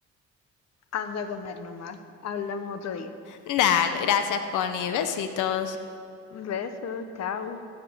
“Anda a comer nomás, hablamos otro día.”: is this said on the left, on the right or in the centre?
Left